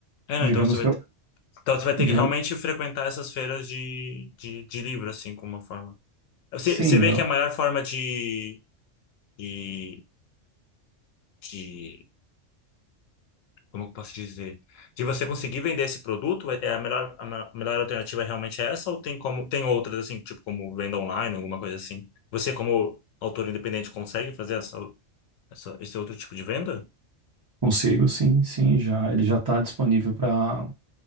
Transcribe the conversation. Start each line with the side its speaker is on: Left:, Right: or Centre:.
Left: É,
Right: Digamos
Left: não, então você vai
Right: que
Left: ter...
Right: eu,
Left: então você vai ter
Right: digamos,
Left: que realmente frequentar essas feiras de, de, de livro, assim, como uma forma. Você,
Right: sim,
Left: você vê
Right: eu
Left: que a maior forma de, de, de como eu posso dizer, de você conseguir vender esse produto, é é a melhor, a me- melhor alternativa é realmente é essa, ou tem como, tem outras assim, tipo como venda online, alguma coisa assim? Você, como autor independente, consegue fazer essa, essa- esse outro tipo de venda?
Right: consigo, sim, sim, já, ele já está disponível para